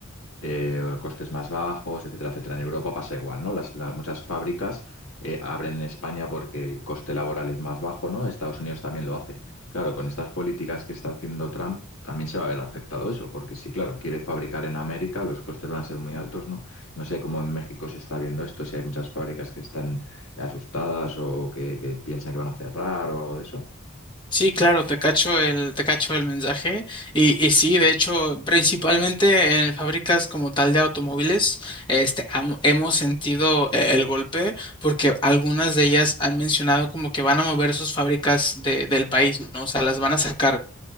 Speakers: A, on the left; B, on the left.
A: eh, costes más bajos, etcétera, etcétera. En Europa pasa igual, ¿no? Las, la- muchas fábricas eh, abren en España porque el coste laboral es más bajo, ¿no? Estados Unidos también lo hace. Claro, con estas políticas que está haciendo Trump también se va a ver afectado eso, porque si, claro, quiere fabricar en América, los costes van a ser muy altos, ¿no? No sé cómo en México se está viendo esto, si hay muchas fábricas que están asustadas o que, que piensan que van a cerrar o algo de eso.
B: Sí, claro, te cacho el, te cacho el mensaje. Y, y sí, de hecho, principalmente en fábricas como tal de automóviles, este, ham- hemos sentido eh, el golpe porque algunas de ellas han mencionado como que van a mover sus fábricas de- del país, ¿no? O sea, las van a sacar